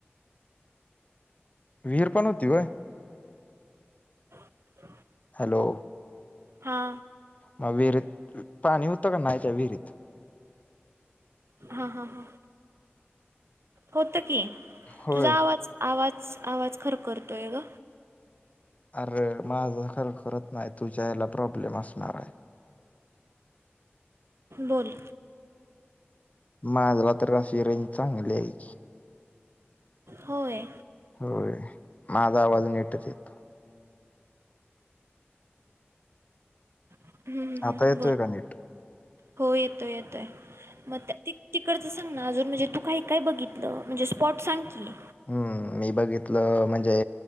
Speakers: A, on the left; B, on the right.
A: वी हीर पण होती वय?
B: ह.
A: हॅलो.
B: हा.
A: मग विहिरीत पाणी होतं का नाही त्या विहिरीत?
B: हा हा हा हो ते.
A: होय
B: तुझा आवाज आवाज आवाज खरं खरखरतोय.
A: अरे माझं खर करत नाही तुझ्या याला प्रॉब्लेम असणार आहे.
B: बोल.
A: माझला तर असशी रेन चांगली आहे की.
B: होय
A: होय. माझा आवाज नेटच येतो.
B: हम्म, हम्म,
A: आता
B: हम्म,
A: येतो
B: बोल
A: ए का नट?
B: हो येतोय येतोय. मग तिकड सां ना अजून म्हणजे तू काही काय बघितलं म्हणजे स्पॉट सांग की?
A: हम्म मी बघितलं म्हणजे